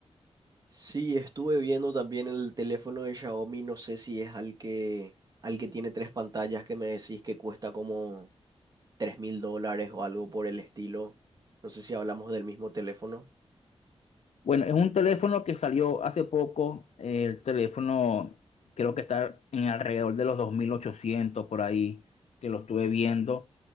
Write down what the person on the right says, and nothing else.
Sí, estuve viendo también el teléfono de Xiaomi, no sé si es al que, al que tiene tres pantallas que me decís que cuesta como tres mil dólares o algo por el estilo. No sé si hablamos del mismo teléfono.